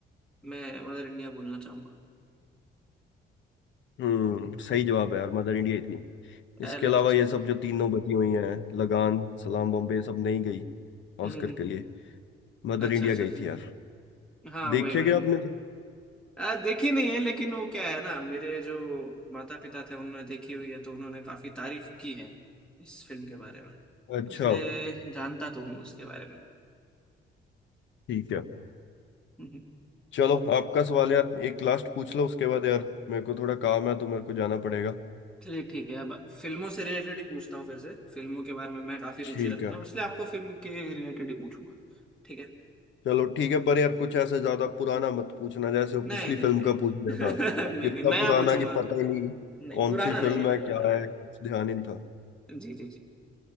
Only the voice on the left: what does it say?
हम्म सही जवाब है यार मदर इंडिया ही थी इसके
अलावा
ये सब
जो तीनों बची हुई हैं लगान सलाम बॉम्बे ये सब नहीं गई
ऑस्कर
के लिए मदर
इंडिया
गई
थी यार
देखिए
क्या आपने तो?
अच्छा
ठीक है
चलो आपका सवाल यार एक लास्ट पूछ लो उसके बाद यार मेरे को थोड़ा काम है तो मेरे को जाना पड़ेगा
ठीक
है
चलो ठीक है पर यार कुछ ऐसे ज्यादा पुराना मत पूछना जैसे वो
पिछली
फिल्म
का
पूछ लिया था
कितना
पुराना
कि पता ही नहीं
कौन
सी फिल्म
है
क्या
है कुछ ध्यान ही नहीं था